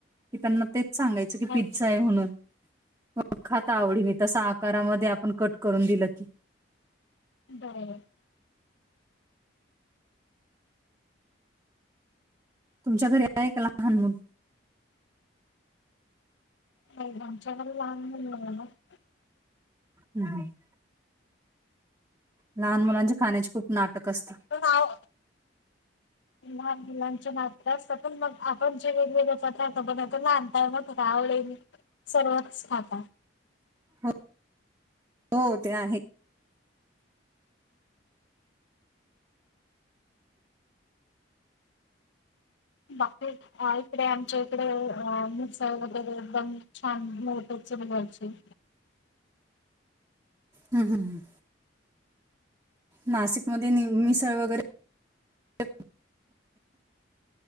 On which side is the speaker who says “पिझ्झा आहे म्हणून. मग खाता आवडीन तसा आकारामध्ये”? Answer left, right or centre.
Right